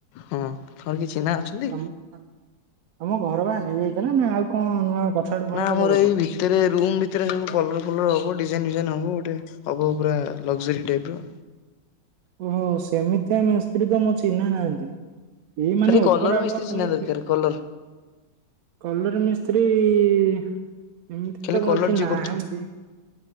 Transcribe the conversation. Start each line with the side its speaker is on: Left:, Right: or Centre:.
Left: ହଁ। ତମର କିଏ ଚିହ୍ନା ଅଛନ୍ତି?
Right: ତମ ଘର ପା ହେଇଯାଇଥିଲା। ନା ଆଉ କଣ ନୂଆ ଆଡୁ ଘର
Left: ନା ଆମର
Right: କଲ ବୋଧେ?
Left: ଏଇ ଭି ଭିତରେ ରୁମ୍ ଭିତରେ ସବୁ କଲର ଫଲର ହବ ଡିଜାଇନ ଫିଜାଇନ ହବ ଗୋଟେ ହବ ପୁରା ଲକ୍ଜରୀ ଟାଇପ ର।
Right: ଓହୋ। ସେମିତିଆ ମିସ୍ତ୍ରୀ ତ ମୋର ଚିହ୍ନା ନାହାନ୍ତି। ଏଇ
Left: ଖାଲି
Right: ମାନେ
Left: କଲର
Right: ଉପର ଆଡ଼ୁଆ
Left: ମିସ୍ତ୍ରୀ ଚିହ୍ନା
Right: ଖାଲିି
Left: ଦରକାର
Right: ଟି
Left: କଲର
Right: କଲର ମିସ୍ତ୍ରୀ ଏମିତି
Left: ଖାଲି
Right: ତ
Left: କଲର
Right: ମୋର କେହି
Left: ଯିଏ
Right: ନାହାନ୍ତି।
Left: କରୁଥିବ